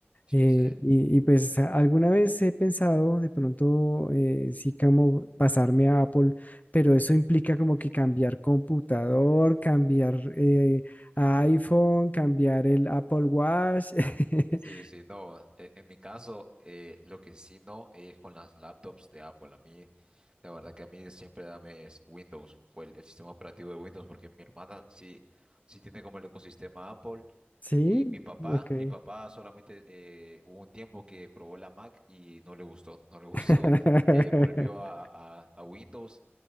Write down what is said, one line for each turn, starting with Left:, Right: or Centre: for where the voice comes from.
Right: Sí,
Left: Eh,
Right: sí.
Left: y, y, pues a- alguna vez he pensado de pronto eh, sí como pasarme a Apple, pero eso implica como que cambiar computador, cambiar eh, a iPhone, cambiar el Apple Watch. <laughs>
Right: Sí, sí, no. e- En mi caso, eh, lo que sí no es con las laptops de Apple. A mí, la verdad que a mí siempre dame es Windows, o el, el sistema operativo de Windows, porque mi hermana sí, sí tiene como el ecosistema Apple.
Left: Sí,
Right: Y mi papá,
Left: ok.
Right: mi papá solamente eh, hubo un tiempo que probó la Mac y no le gustó, no le gustó.
Left: <laughs>
Right: <laughs> Eh, volvió a, a- a Windows